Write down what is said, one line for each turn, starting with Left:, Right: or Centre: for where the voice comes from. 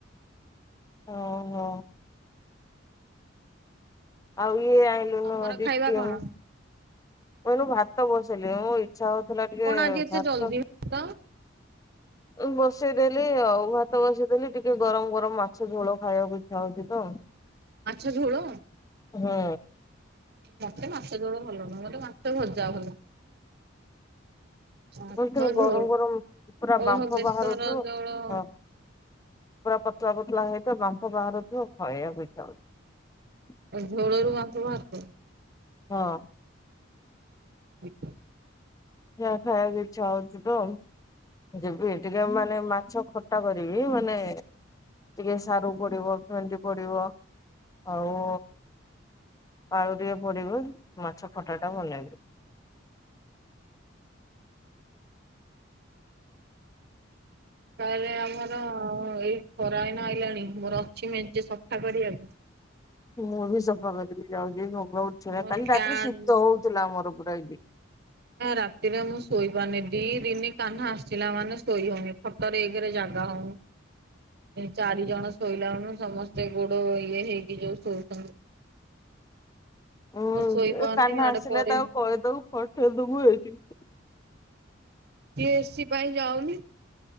Left: ଓହୋ। ଆଉ ଇଏ ଆଇଁଲୁ
Right: ତମର
Left: ଦିକିଲୋ।
Right: ଖାଇବା କଣ?
Left: କହିଲୁ ଭାତ ବସେଇଲି ମ ଇଚ୍ଛା ହଉଥିଲା ଟିକେ
Right: ଆଜି ଏତେ
Left: ଭାତ।
Right: ଜଲଦି କଣ।
Left: ବସେଇଦେଲି ଆଉ ଭାତ ବସେଇଦେଲି ଟିକେ ଗରମ ଗରମ ମାଛ ଝୋଳ ଖାଇବାକୁ ଇଚ୍ଛା ହଉଛି ତ।
Right: ମାଛ ଝୋଳ।
Left: ହୁଁ
Right: ମତେ ମାଛ ଝୋଳ ଭଲ ନୁ ମତେ ମାଛ ଭଜା ଭଲ। ମାଛ
Left: କିନ୍ତୁ
Right: ଝୋଳ
Left: ଗରମ ଗରମ ପୁରା ବାମ୍ଫ
Right: ଓହୋ ବେଶର
Left: ବାହାରୁଥିବ
Right: ଝୋଳ।
Left: ହଁ ପୁରା ପତଳା ପତଲା ହେଇଥିବ ବାମ୍ପ ବାହାରୁଥିବ ଖାଇବାକୁ ଇଚ୍ଛା ହୋଉଛି।
Right: ଝୋଳରୁ ବାଫ ବାହାରୁ ଥିବ
Left: ହଁ।
Right: ୍
Left: ଯାହା ଖାଇବାକୁ ଇଚ୍ଛା ହଉଛି ତ ଯା ହୁଏ ଟିକେ ମାନେ ମାଛ ଖଟା କରିବି ମାନେ। ଟିକେ ସାରୁ ପଡିବ ଫେଣ୍ଡି ପଡିବ ଆଉ। ଆଳୁ ଟକେ ପଡିବ ମାଛ ଖଟା ଟା ଭଲ ଲାଗିବ।
Right: ତାହେଲେ ଆମର ଏଇ ଖରା ଏଇନା ଆଇଲାଣି ମୋର ଅଛି ମେଞ୍ଚେ ସଫା କରିବାକୁ।
Left: ମୁଁ ବି ସଫା କରିକି ଯାଉଛି। ଭଗ ଉଠେଇ
Right: ମୋର
Left: କାଲି
Right: ପ୍ୟାନ୍
Left: ରାତିରେ ଶୀତ ହଉଥିଲା ମୋର ପୁରା ଏଇଠି।
Right: ଏ ରାତିରେ ମୁଁ ଶୋଇପାରୁନି। ଦି ଦିନି କହ୍ନା ଆସିଲା ମାନେ ଶୋଇ ହଉନି। ଖଟରେ ଏକେରେ ଜାଗା ହଉନି।
Left: । <inaudible>
Right: ଏଇ ଚାରି ଜଣ ଶୋଇଲା ମାନେ ସମସ୍ତେ ଗୋଡ ଇଏ ହେଇକି ଯୋଉ ଶୋଉଛନ୍ତି।
Left: ହଁ।
Right: ମୁଁ ଶୋଇପାରୁନି
Left: ଏ କାହ୍ନା
Right: ଆଡେ
Left: ଆସିଲେ
Right: ପରେ
Left: ତାକୁ କହିଦବୁ ପଠେଇଦବୁ ଏଇଠିକି।
Right: ସିଏ ଏସି ପାଇଁ ଯାଉନି।